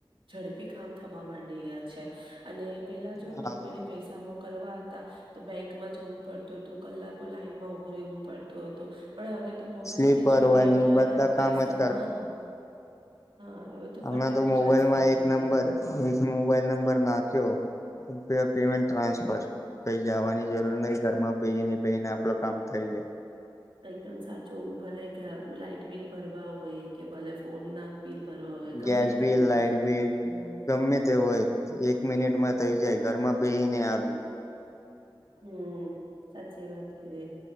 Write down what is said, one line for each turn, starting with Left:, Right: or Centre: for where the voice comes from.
Right: ઝડપી કામ થવા માંડી ગયા છે, અને પેલા જોઓ
Left: હા
Right: ને કોઈને પૈસા મો મોકલવા હતા તો બેંકમાં જવું પડતું હતું કલાકો લાઈનમાં ઉભું રહેવું પડતું હતું પણ હવે તો મોબાઈલથી
Left: સ્લીપ ભરવાની
Right: યુપીઆઈ દ્વારા
Left: બધા
Right: પૈસા
Left: કામ જ
Right: હા હા, હવે
Left: હમણા
Right: ફટાકથી
Left: તો મોબાઈલમાં
Right: ટ્રાન્સફર થઈ
Left: એક નંબર
Right: જાય એમ.
Left: એક મોબાઈલ નંબર નાખ્યો પેમેન્ટ ટ્રાન્સફર કઈ જવાની જરૂર નહી ઘરમાં બેહીને બેહીને આપણે કામ થઈ જાય
Right: એકદમ સાચું ભલે લાઈટ બિલ ભરવા હોય કે ભલે ફોનના બિલ ભરવા હોય ગમે
Left: ગેસ
Right: તે
Left: બિલ,
Right: હોય.
Left: લાઈટ બિલ,
Right: હમ્મ,
Left: ગમે તેવું હોય એક મિનિટમાં થઈ જાય ઘરમાં બેહી ને આવી
Right: હમ સાચી વાત કીધી